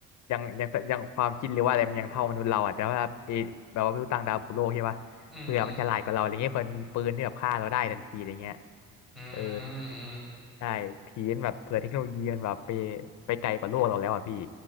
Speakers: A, on the left (about 70°); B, in the centre.
A: ยังยังยังความคิดหรือว่าอะไรมันยังเท่ามนุษย์เราอ่ะแต่ว่าเอแบบว่าไม่รู้ต่างดาวบุกโลกใช่ปะเผื่อมันฉลาดกว่าเราอะไรเงี้ยเผื่อมันมีปืนที่แบบฆ่าเราได้ทันทีอะไรเงี้ย
B: อืมอืมอืมอืม
A: เออใช่ผีมันแบบเผื่อเทคโนโลยีมันแบบไปไปไกลกว่าโลกเราแล้วอ่ะพี่